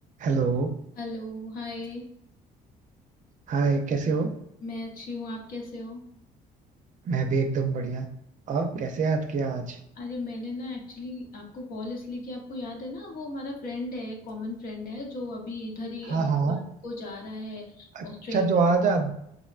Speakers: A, on the right; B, on the left.
A: Hello
B: Hello Hi
A: Hi कैसे हो
B: मैं अच्छी हूँ आप कैसे हो
A: मैं भी एकदम बढ़िया और कैसे याद किया आज
B: अरे मैंने ना एक्चुअली आपको कॉल इसलिए किया आपको याद है ना वो हमारा फ्रेंड है कॉमन फ्रेंड है जो अभी इधर ही
A: हाँ
B: ट्वेल्थ
A: हाँ
B: को जा रहा है
A: अच्छा
B: ऑस्ट्रेलिया
A: जो आज आप